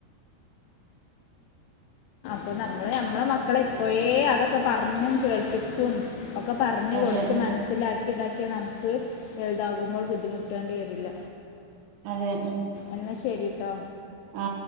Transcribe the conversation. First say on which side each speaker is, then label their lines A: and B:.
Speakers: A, on the left; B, on the right.
A: പ്പൊ നമ്മള് നമ്മളെ മക്കളെ, ഇപ്പൊയേ അതൊക്കെ പർഞ്ഞും കേൾപ്പിച്ചും. ഒക്ക പർഞ്ഞ്
B: അതെ
A: കൊടുത്ത് മൻസ്സിലാക്കി താക്കിയതാ. ത് വൽതാകുമ്പോൾ ബുദ്ധിമുട്ടേണ്ടി വരില്ല.
B: അതെ.
A: എന്നാ ശരിട്ടോ.
B: ആ